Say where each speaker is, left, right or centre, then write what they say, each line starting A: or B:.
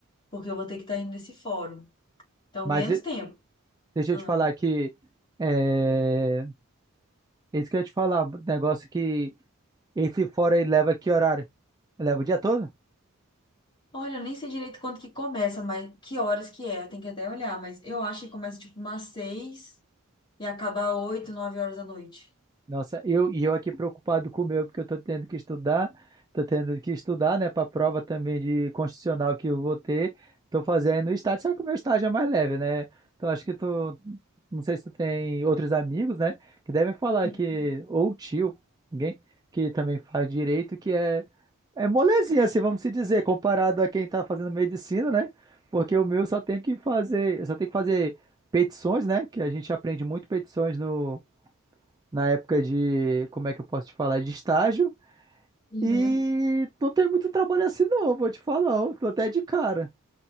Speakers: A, on the left; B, on the right.
A: porque eu vou ter que estar indo nesse fórum. Então,
B: Mas
A: menos
B: e-
A: tempo.
B: deixa
A: Ah.
B: eu te falar que é, isso que eu ia te falar, negócio que esse fora aí leva que horário? Leva o dia todo?
A: Olha, eu nem sei direito quando que começa, mas que horas que é, eu tenho que até olhar, mas eu acho que começa tipo umas seis. e acabar oito, nove horas da noite.
B: Nossa, eu, e eu aqui preocupado com o meu, porque eu estou tendo que estudar, estou tendo que estudar, né, para a prova também de constitucional que eu vou ter, estou fazendo estágio, só que o meu estágio é mais leve, né? Então acho que tu, não sei se tu tem outros amigos, né, que devem falar
A: Uhum.
B: que, ou tio, alguém que também faz direito, que é, é molezinha, assim, vamos se dizer, comparado a quem está fazendo medicina, né? Porque o meu só tem que fazer, eu só tem que fazer petições, né, que a gente aprende muito petições no na época de, como é que eu posso te falar, de estágio.
A: Uhum.
B: E não tem muito trabalho assim não, vou te falar, ó, tô até de cara.